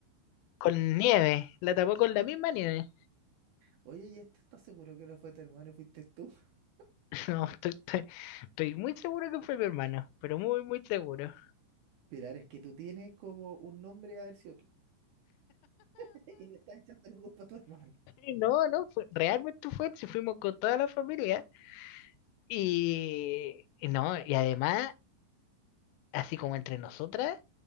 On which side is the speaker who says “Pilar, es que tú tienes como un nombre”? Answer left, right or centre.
Right